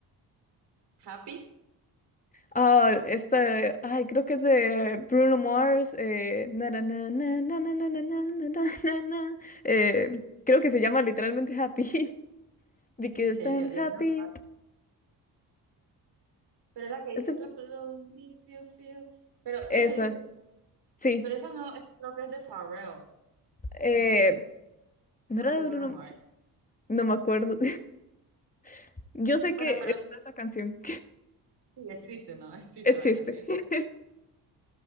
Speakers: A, on the right; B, on the left.
A: happy,
B: Ah, este, ay, creo que es de Bruno Mars. Eh, na, na, na, na, na, na, na, na, na, na, na, na, na. Eh, creo que se llama literalmente Happy. <laughs> Because
A: en serio,
B: I'm
A: de
B: happy.
A: menos mal. Pero es la que dice
B: Ese-
A: clap
B: fue-
A: along if you feel. Pero
B: Esa,
A: esa dice,
B: sí.
A: pero esa no, es- creo que es de Pharrell,
B: Eh,
A: no es de,
B: ¿no
A: o
B: era
A: es de
B: de
A: Bruno
B: Bruno?
A: Mars.
B: No me acuerdo. <laughs> Yo sé
A: Bueno,
B: que
A: pero
B: está
A: sí
B: esa canción.
A: sí existe, ¿no? <laughs> Existe
B: <laughs> Existe.
A: la canción.
B: <laughs>